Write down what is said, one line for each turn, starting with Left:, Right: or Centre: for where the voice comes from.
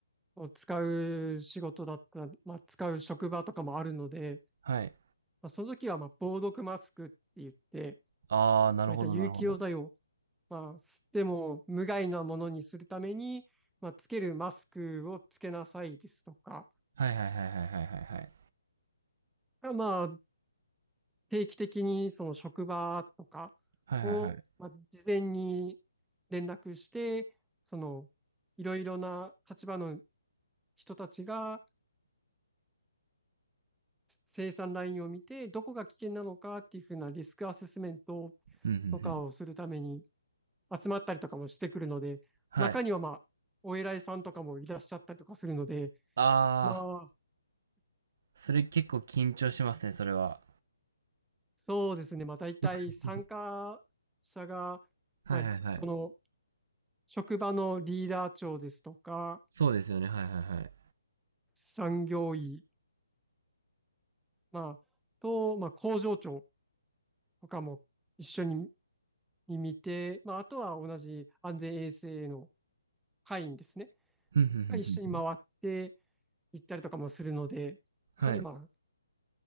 Centre: を使う仕事だったら、まあ、使う職場とかもあるので、
Right: はい。
Centre: まあ、その時は、まあ、防毒マスクって言って、
Right: ああ、なるほどなるほど。
Centre: そういった有機溶剤を、まあ、吸っても無害なものにするために、まあ、つけるマスクをつけなさいですとか、
Right: はいはいはいはいはいはいはい。
Centre: まあ、定期的にその職場とかを、
Right: はいはいはい。
Centre: まあ、事前に連絡して、その、いろいろな立場の人たちが、生産ラインを見て、どこが危険なのかっていうふうなリスクアセスメント
Right: うんうんうん。
Centre: とかをするために集まったりとかもしてくるので、
Right: はい。
Centre: 中にはまあ、お偉いさんとかもいらっしゃったりとかするので、
Right: ああ、
Centre: まあ、
Right: それ結構緊張しますね、それは。
Centre: そうですね、まあ大体参加者が、
Right: そうですね。はいはいはい。
Centre: まあ、その職場のリーダー長ですとか、
Right: そうですよね。はいはいはい。
Centre: 産業医、まあ、と、まあ、工場長とかも一緒に見て、まあ、あとは同じ安全衛生の会員ですね。
Right: ふんふんふんふんふん
Centre: が一緒に回って行ったりとかもするので、
Right: はい。
Centre: やはりまあ、